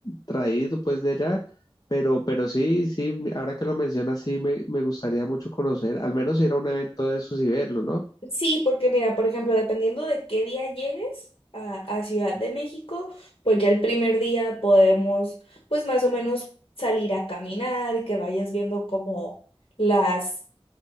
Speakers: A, on the left; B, on the left.
A: traído pues de allá, pero, pero sí, sí, mi- ahora que lo mencionas, sí, me, me gustaría mucho conocer, al menos ir a un evento de esos y verlo, ¿no?
B: sí, porque mira, por ejemplo, dependiendo de qué día llegues a, a Ciudad de México, pues ya el primer día podemos, pues más o menos salir a caminar, que vayas viendo como las,